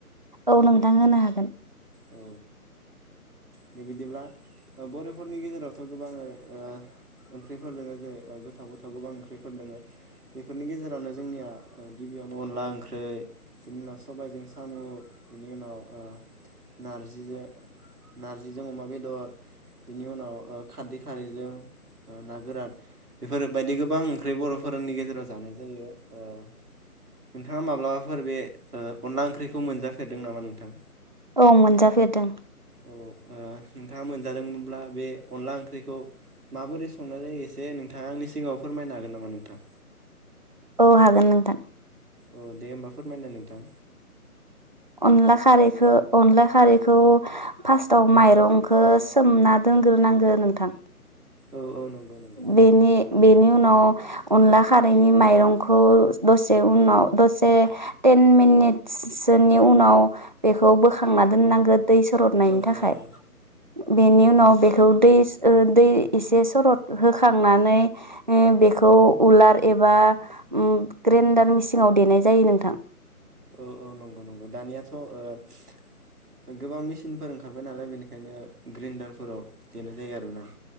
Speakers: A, on the right; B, on the right.
A: औ नोंथां होनो हागोन
B: औ दा बिदिब्ला बरफोरनि गेजेरावथ गोबां ओ ओंख्रिफोर दोङो जेरै गोथाव गोथाव गोबां ओंख्रिफोर दोङो बेफोरनि गेजेरावनो जोंनिया गिबियावनो अनला ओंख्रि बिनि उनाव सबायजों साम बिनि उनाव ओ नारजिजों नार्जिजों अमा बेदर बिनि उनाव ओ खारदै खारैजों ना गोरान बेफोर बायदि गोबां ओंख्रि बरफोरनि गेजेराव जानाय जायो ओ नोंथाङा माब्लाबाफोर बे अनला ओंख्रिखौ मोनजाफेरदों नामा नोंथां
A: औ मोनजाफेरदों
B: औ ओ नोंथाङा मोनजादोंमोनब्ला बे अनला ओंख्रिखौ माबोरै संनाय जायो एसे नोंथाङा आंनि सिगाङाव फोरमायनो हागोन नामा नोंथां
A: औ हागोन नोंथां
B: अ दे होमबा फोरमायलाय नोंथां
A: अनला खारैखौ अनला खारैखौ फार्स्टआव माइरंखो सोमना दोनग्रोनांगो नोंथां
B: औ औ नंगौ नंगौ
A: बेनि बेनि उनाव अनला खारैनि माइरंखौ दसे उनाव दसे टेन मिनिटसोनि उनाव बेखौ बोखांना दोननांगो दै सरदनायनि
B: औ
A: थाखाय
B: औ औ
A: बेनि उनाव बेखौ दैस ओ दै एसे सरत होखांनानै ओ बेखौ उलार एबा ओम ग्रेडार मेचिनाव देनाय जायो नोंथां
B: औ औ नंगौ नंगौ दानियाथ ओ गोबां मेचिनफोर ओंखारबाय नालाय बेनिखायनो ग्रेन्डारफोराव देनाय जायो आरोना